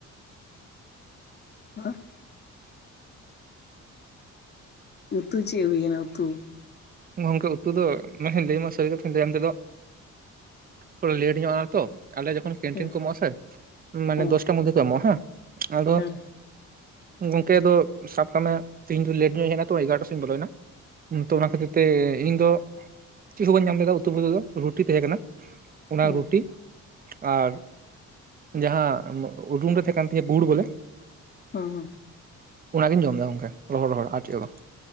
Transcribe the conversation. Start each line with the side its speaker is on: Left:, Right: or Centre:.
Left: <inaudible> ᱩᱛᱩ ᱪᱮᱜ ᱦᱩᱭ ᱠᱟᱱᱟ ᱩᱛᱩ᱾
Right: ᱜᱚᱢᱠᱮ ᱩᱛᱩ ᱫᱚ ᱢᱮᱱᱠᱷᱟᱱ ᱞᱟᱹᱭ ᱢᱟ ᱥᱟᱹᱨᱤ ᱠᱟᱛᱷᱟᱧ ᱞᱟᱹᱭᱟ ᱛᱟᱭᱚᱢ ᱛᱮᱫᱚ ᱯᱚᱨᱮ ᱞᱮᱴ ᱧᱚᱜ ᱟ ᱛᱚ ᱟᱞᱮ ᱡᱚᱠᱷᱚᱱ ᱠᱮᱱᱴᱨᱤᱱ
Left: ᱦᱮᱸ
Right: ᱠᱚ ᱮᱢᱚᱜᱼᱟ ᱥᱮ ᱢᱟᱱᱮ
Left: ᱦᱮᱸ
Right: ᱫᱚᱥᱴᱟ ᱢᱚᱫᱽᱫᱷᱮ ᱠᱚ ᱮᱢᱚᱜᱼᱟ ᱦᱮ ᱟᱫᱚ
Left: ᱦᱮᱸ
Right: ᱜᱚᱝᱠᱮ ᱟᱫᱚ ᱥᱟᱵ ᱠᱟᱜ ᱢᱮ ᱛᱤᱦᱤᱝ ᱫᱚ ᱞᱮᱴ ᱧᱚᱜ ᱤᱧ ᱦᱮᱡ ᱮᱱᱟ ᱛᱚ ᱮᱜᱟᱨᱚᱴᱟ ᱥᱮᱜ ᱤᱧ ᱵᱚᱞᱚᱭᱮᱱᱟ ᱛᱚ ᱚᱱᱟ ᱠᱷᱟᱹᱛᱤᱨ ᱮ ᱤᱧ ᱫᱚ ᱪᱤᱜ ᱦᱚ ᱵᱟᱹᱧ ᱧᱟᱢ ᱞᱮᱫᱟ ᱩᱛᱩ ᱯᱷᱩᱛᱩ ᱫᱚ ᱨᱩᱴᱤ ᱛᱮᱦᱮ ᱠᱟᱱᱟ᱾ ᱚᱱᱟ
Left: ᱦᱮᱸ
Right: ᱨᱩᱴᱤ, ᱟᱨ ᱡᱟᱦᱟᱸ ᱨᱩᱢ ᱨᱮ ᱛᱮᱦᱮ ᱠᱟᱱ ᱛᱤᱧᱟᱹ ᱜᱩᱲ ᱵᱚᱞᱮ
Left: ᱚ ᱦᱚᱸ
Right: ᱚᱱᱟᱜᱤᱧ ᱡᱚᱢ ᱫᱟ ᱜᱚᱝᱠᱮ ᱨᱚᱦᱚᱲ ᱨᱚᱦᱚᱲ ᱟᱨ ᱪᱮᱜ ᱜᱮ ᱵᱟᱝ